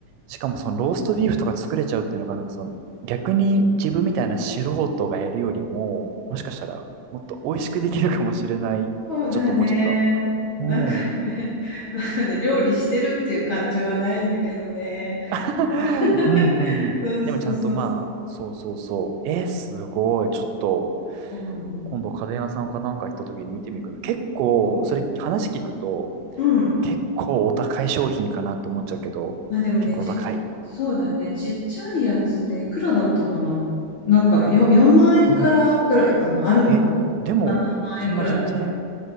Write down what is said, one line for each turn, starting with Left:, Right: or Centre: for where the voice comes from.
Right: しかもそのローストビーフとか作れちゃうっていうのが、なんかその逆に自分みたいな素人がやるよりも、もしかしたらもっと美味しくできるかもしれない。
Left: そうだね。
Right: ちょっと思っちゃった。うん。
Left: なんかね、<laughs> なんかね、料理してるっていう感じはないんだけどね。
Right: <laughs>
Left: なんか <laughs>
Right: うんうんうん。
Left: そうそうそうそう。
Right: でもちゃんとまあ、そうそうそう。えー、すごい。ちょっと
Left: でもね、
Right: 今度家電屋さんかなんか行った時に見てみるけど、結構、
Left: そ
Right: それ話聞くと、
Left: う。うん。
Right: 結構お高い商品かなと思っちゃうけど、
Left: あ、でもね、
Right: 結構高い。
Left: ち、そうだね。ちっちゃいやつでいくらだったかななんかよ、4万円からぐらいかなあるのかな
Right: うん。え、でも、
Left: ?7 万円ぐらいまで。
Right: そんな全然、